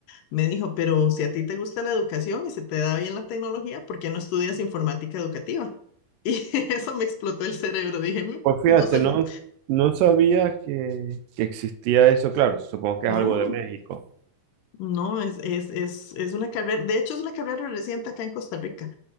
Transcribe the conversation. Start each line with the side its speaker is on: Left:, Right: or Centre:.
Left: me dijo, pero si a ti te gusta la educación y se te da bien la tecnología, ¿por qué no estudias informática educativa? Y <laughs> eso me explotó el cerebro. Dije, "Mm,
Right: Pues fíjate,
Left: no sé,
Right: no,
Left: mm".
Right: no sabía que, que existía eso. Claro, supongo que
Left: no,
Right: es algo de México.
Left: no, es, es, es, es una carrera, de hecho es una carrera reciente acá en Costa Rica.